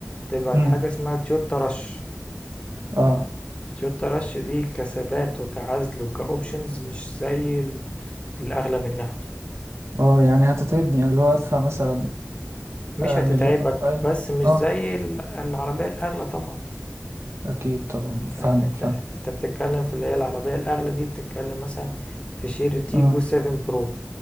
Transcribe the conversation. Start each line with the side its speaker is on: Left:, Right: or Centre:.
Left: تبقى
Right: امم
Left: حاجة اسمها تويوتا رش
Right: اه
Left: تويوتا رش دي كثبات وكعزل وكأوبشنز مش زي ال- الأغلى منها
Right: اه يعني هتتعبني يعني اللي هو ادفع مثلا
Left: مش
Right: آه
Left: هتتعبك
Right: مليون أو شوية
Left: بس مش
Right: اه
Left: زي ال- العربية الأغلى طبعا
Right: اكيد طبعا
Left: فاهم
Right: فاهمك
Left: انت
Right: فاهم
Left: انت بتتكلم في اللي هي العربية الأغلى دي بتتكلم مثلا في شيري تيجو
Right: اه
Left: 7 برو